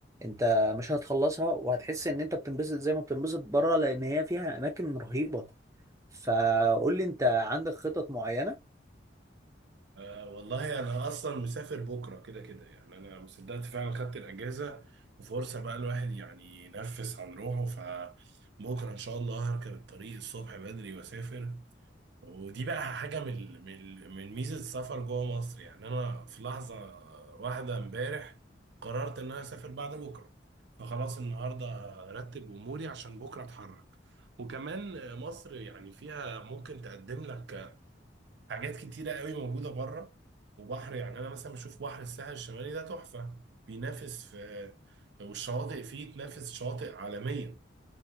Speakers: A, on the right; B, on the right.
A: انت مش هتخلصها وهتحس ان انت بتنبسط زي ما بتنبسط بره لان هي فيها اماكن رهيبه فقول لي انت عندك خطط معينه
B: آه والله انا اصلا مسافر بكره كده كده يعني انا مصدقت فعلا خدت الاجازه وفرصه بقى الواحد يعني ينفس عن روحه فبكره ان شاء الله هركب الطريق الصبح بدري واسافر ودي بقى حاجه من من من ميزه السفر جوه مصر يعني انا في لحظه واحده امبارح قررت ان انا اسافر بعد بكره فخلاص النهارده هرتب اموري عشان بكره اتحرك وكمان مصر يعني فيها ممكن تقدم لك حاجات كتيرة قوي موجودة بره وبحر يعني أنا مثلا بشوف بحر الساحل الشمالي ده تحفة بينافس في والشواطئ فيه تنافس شواطئ عالمية